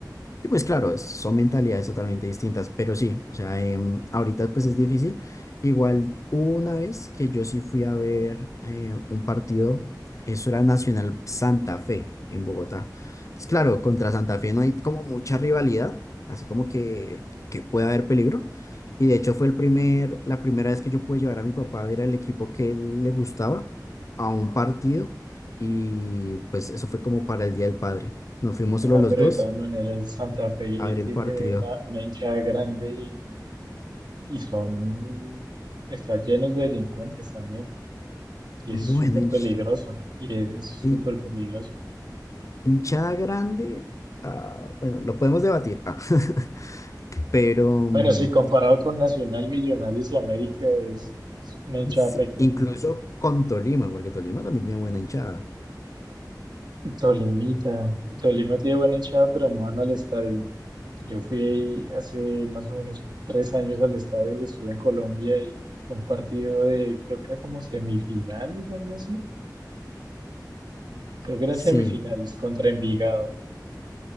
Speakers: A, on the left (about 45°); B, on the right (about 80°).
A: Y pues claro, es- son mentalidades totalmente distintas, pero sí, o sea, em, ahorita pues es difícil. Igual hubo una vez que yo sí fui a ver eh, un partido, eso era Nacional Santa Fe en Bogotá. Entonces, claro, contra Santa Fe no hay como mucha rivalidad, así como que, que puede haber peligro. Y de hecho fue el primer, la primera vez que yo pude llevar a mi papá a ver al equipo que él le gustaba a un partido y pues eso fue como para el Día del Padre. Nos fuimos
B: No,
A: solo los
B: pero
A: dos
B: de todas maneras, Santa Fe
A: a ver el
B: tiene
A: partido.
B: una, una hinchada grande y, y son, están llenos de delincuentes también. Y
A: Bueno,
B: es súper
A: hinch-
B: peligroso. Y es súper
A: hin-
B: peligroso.
A: hinchada grande, ah, bueno, lo podemos debatir, ah, <laughs> pero mm,
B: Bueno, sí, comparado con Nacional, Millonarios y América es, es una hinchada
A: sí,
B: pequeña,
A: incluso
B: pero
A: con Tolima, porque Tolima también tiene buena hinchada.
B: Tolimita, Tolima tiene buena hinchada, pero no van al estadio. Yo fui hace más o menos tres años al estadio que estuve en Colombia y fue un partido de, creo que era como semifinales o algo así. Creo que eran
A: Sí,
B: semifinales contra Envigado,